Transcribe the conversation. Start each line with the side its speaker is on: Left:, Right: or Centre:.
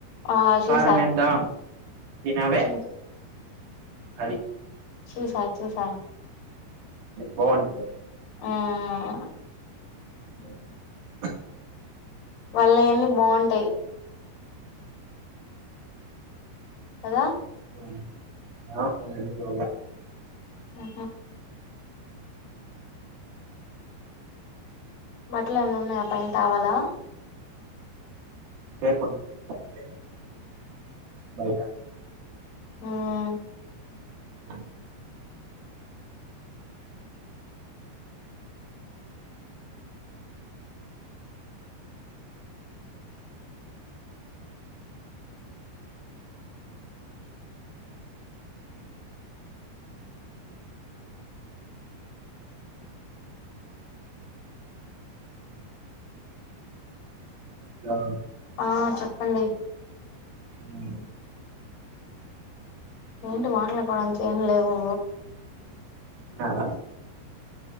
Left: ఆ చూసా
Right: కారమేద్దాం తినవే
Left: చూ
Right: అది
Left: చూసా చూసా
Right: బాంట
Left: హ్మ్
Right: అ ఆహ్
Left: వాళ్ళయన్నీ బాంటాయ్ కదా
Right: <unintelligible> అన్నీ చూల్లా
Left: హ్మ్ హు
Right: హ్మ్
Left: బట్లు ఏమన్నా ఉన్నాయా ఆ పైన తావాలా
Right: ఉంటే కొంచెం తక్కువే బయట
Left: హ్మ్
Right: ఆ ఆ,
Left: ఆ చెప్పండి
Right: హ్మ్
Left: ఏంటి మాట్లాడపోవడానికి ఏం లేవు
Right: తిన్నార